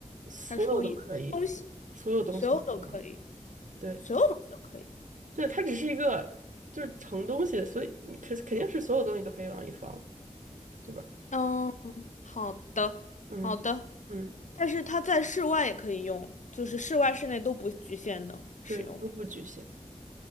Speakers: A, on the right; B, on the left.
A: 所有都可以，
B: 还是说以东西，
A: 所有东西都可以玩。
B: 所有都可以，
A: 对，
B: 所有东西都可以。
A: 对，它只是一个就是盛东西的，所以你肯肯定是所有东西都可以往里放，对吧？
B: 嗯，好的，
A: 嗯嗯，
B: 好的。但是它在室外也可以用，就是室外、室内都不局限的使用的。
A: 对，都不局限。